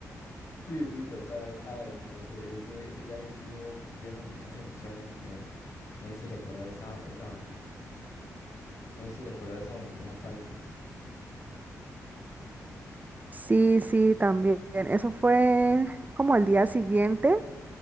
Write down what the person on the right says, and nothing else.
Sí, sí, también. Eso fue como al día siguiente